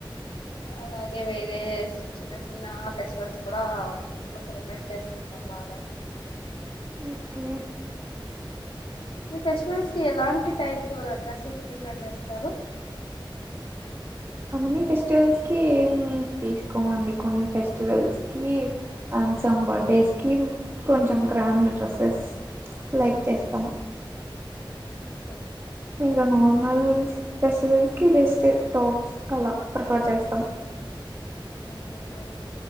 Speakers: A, on the left; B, on the right.
A: అలాగే వేరే చిన్న చిన్న ఫెస్టివల్స్ కూడా ఇంట్లో సెలబ్రేట్ చేసుకుంటాం బాగా
B: ఓకే
A: మీ ఫెస్టివల్స్ కి ఎలాంటి టైప్ డ్రెస్సెస్ ప్రిఫర్ చేస్తారు
B: అన్ని ఫెస్టివల్స్ కి ఏం తీసుకోమండి కొన్ని ఫెస్టివల్స్ కి అండ్ సమ్
A: ఓకే
B: బర్త్డేస్ కి కొంచెం గ్రాండ్ డ్రెస్సెస్ లైక్ చేస్తాం
A: ఓకే
B: ఇంకా నార్మల్ ఫెస్టివల్స్ కి జస్ట్ టాప్స్ కలా ప్రిఫర్ చేస్తాం
A: ఓహో ఓకే